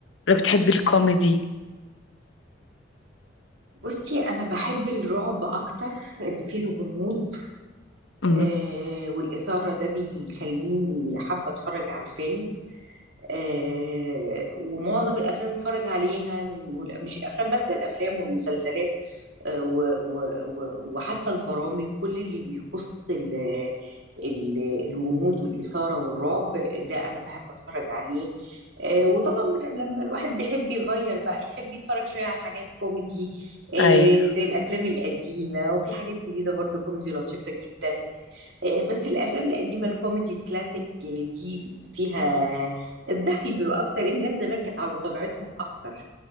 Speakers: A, on the left; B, on the right.
A: ولا بتحبي الكوميدي
B: بصي انا بحب الرعب اكتر اللي فيه الغموض
A: امم
B: آه والاثاره ده بيخليني حابه اتفرج على الفيلم آه ومعظم الافلام بتفرج عليها وال- مش الافلام بس ده الافلام والمسلسلات آه، و- و- و- وحتى البرامج كل اللي بيخص ال- ال- الغموض والإثارة والرعب ده أنا بحب أتفرج عليه آه، وطبعا من- لما الواحد بيحب يغير بقى يحب يتفرج شوية على حاجات كوميدي آه،
A: ايوه
B: زي الأفلام القديمة وفي حاجات جديدة برضه كوميدي لطيفة جدا آه، بس الافلام القديمه الكوميدي الكلاسيك آه، دي فيها الضحك بيبقى اكتر الناس زمان كانت على طبيعتهم اكتر